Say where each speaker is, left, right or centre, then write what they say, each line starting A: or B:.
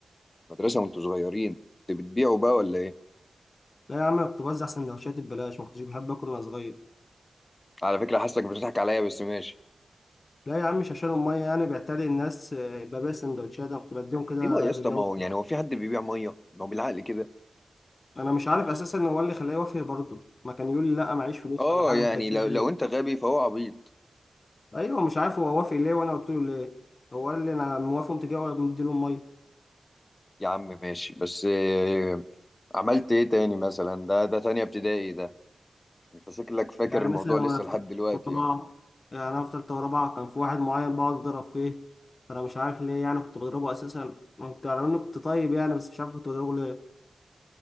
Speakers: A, on the left; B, on the left.
A: المدرسة وانتوا صغيرين كنت بتبيعوا بقى ولا ايه
B: لا يا عم أنا كنت بوزع سندوتشات ببلاش ما كنتش بحب آكل وأنا صغير
A: على فكرة حاسك بتضحك عليا بس ماشي
B: لا يا عم مش عشان أمي يعني بيعتري الناس آه، ببيع سندوتشات أنا كنت بديهم كده
A: ايوه يا اسطى
B: لله
A: ما
B: والدكتور
A: هو يعني هو في حد بيبيع مية ما هو بالعقل كده
B: أنا مش عارف أساسا هو اللي خلاه يوافق برضه ما كان يقول لي لا معيش فلوس
A: اه
B: ولا حاجة
A: يعني
B: وأنت هتديني
A: لو لو
B: ليه
A: انت غبي فهو عبيط
B: أيوه مش عارف هو وافق ليه وأنا قلت له ليه هو قال لي أنا موافق ومتجوز ومديله أمي
A: يا عم ماشي بس آه، عملت ايه تاني مثلا ده ده تانية ابتدائي ده انت شكلك فاكر
B: يعني
A: الموضوع
B: مثلا
A: لسه
B: وأنا في
A: لحد
B: تالتة
A: دلوقتي
B: ورابعة
A: يعني
B: يعني أنا في تالتة ورابعة كان في واحد معين بقعد أضرب فيه أنا مش عارف ليه يعني كنت بضربه أساسا كنت على إنه كنت طيب يعني بس مش عارف كنت بضربه ليه